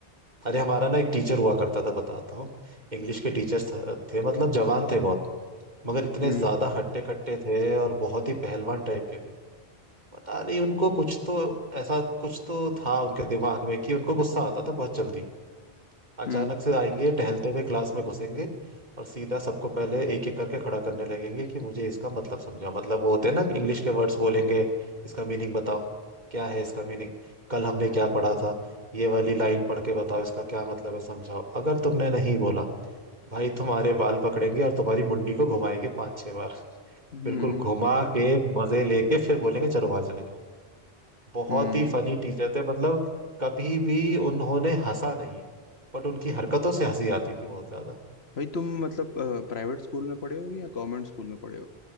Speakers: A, on the right; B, on the left.
A: अरे हमारा ना एक
B: हम्म
A: टीचर हुआ करता था बताता हूँ इंग्लिश के टीचर्स थे मतलब जवान थे बहुत मगर इतने
B: हम्म
A: ज्यादा हट्टे कट्टे थे और बहुत ही पहलवान टाइप के थे पता नहीं उनको कुछ तो ऐसा कुछ तो था उनके दिमाग में कि उनको गुस्सा आता था बहुत जल्दी अचानक
B: हम्म
A: से आएंगे टहलते हुए क्लास में घुसेंगे और सीधा सबको पहले एक एक करके खड़ा करने लगेंगे कि मुझे इसका मतलब समझाओ मतलब वो होते हैं ना इंग्लिश के वर्ड्स बोलेंगे इसका मीनिंग बताओ क्या है इसका मीनिंग कल हमने क्या पढ़ा था ये वाली लाइन पढ़ के बताओ इसका क्या मतलब है समझाओ अगर तुमने नहीं बोला भाई तुम्हारे बाल पकड़ेंगे और तुम्हारी मुंडी को घुमाएंगे पांच छह बार
B: हम्म
A: बिल्कुल घुमा के मजे लेके फिर बोलेंगे चलो बाहर चले जाओ बहुत
B: हम्म,
A: ही फनी टीचर थे मतलब कभी भी उन्होंने हंसा नहीं है बट उनकी
B: हम्म।
A: हरकतों से हंसी आती थी बहुत ज्यादा
B: भाई तुम मतलब प्राइवेट स्कूल में पढ़े हो या गवर्नमेंट स्कूल में पढ़े हो